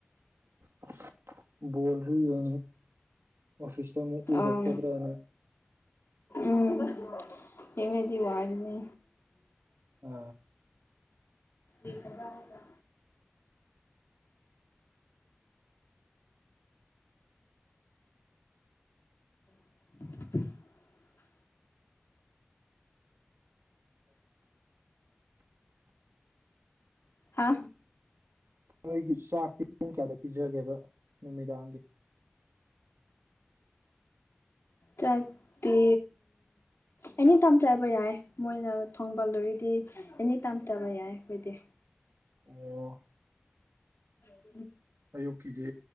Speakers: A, on the right (about 85°); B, on the left (about 80°).
A: <inaudible> ꯕꯣꯜꯔꯤ ꯌ ꯑꯣꯐꯤꯁꯇ ꯑꯃꯨꯛ ꯎꯏꯔꯛꯀꯗ꯭ꯔꯅ
B: ꯑꯥ ꯎꯝ ꯀꯉꯗꯤ ꯋꯥꯖꯅꯤ
A: ꯑꯥ
B: ꯑ ꯍꯀ ꯌꯥꯖ <inaudible> ꯍꯥ
A: ꯅꯣꯏꯒꯤ ꯆꯥꯛꯇꯤ ꯄꯨꯡ ꯀꯌꯥꯗ ꯄꯤꯖꯒꯦꯕ ꯅꯨꯃꯤꯗꯥꯒꯤ
B: ꯆꯥꯛꯗꯤ ꯑꯦꯅꯤ ꯇꯥꯏꯝ ꯆꯠꯕ ꯌꯥꯏ ꯃꯣꯏꯅ ꯊꯣꯡꯕꯜꯂꯔꯤꯗꯤ ꯑꯦꯅꯤ ꯇꯥꯏꯝ ꯆꯥꯕ ꯌꯥꯏ ꯑꯩꯣꯏꯗꯤ
A: ꯑꯣ
B: ꯑꯣ
A: ꯑꯌꯨꯛꯀꯤꯗꯤ